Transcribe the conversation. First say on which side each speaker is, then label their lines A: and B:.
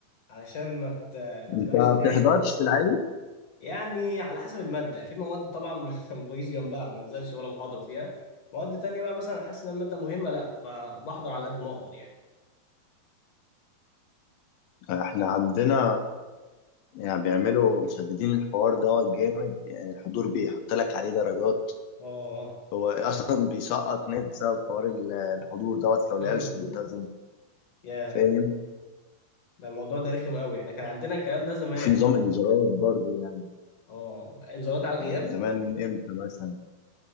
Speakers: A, on the left (about 45°); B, on the left (about 75°).
A: علشان ما ت... ما
B: انت
A: تبقاش
B: ما
A: تايه
B: بتحضرش في العادي
A: يعني على حسب المادة في مواد طبعا <laughs> ما بجيش جنبها ما بنزلش ولا محاضرة فيها مواد تانية بقى مثلا حاسس إن المادة مهمة لأ فبحضر على قد ما أقدر يعني
B: احنا عندنا يعني بيعملوا مشددين الحوار دوت جامد يعني الحضور بيحط لك عليه درجات
A: آه
B: هو اصلا بيسقط ناس بسبب حوار ال- الحضور دوت
A: شباب
B: لو لعبش
A: الفضول
B: ملتزم
A: ياه
B: فاهم
A: ده الموضوع ده رخم قوي احنا كان عندنا الكلام ده زمان
B: وفي نظام انذارات برضه يعني
A: اه انذارات على الغياب
B: زمان من امتى مثلا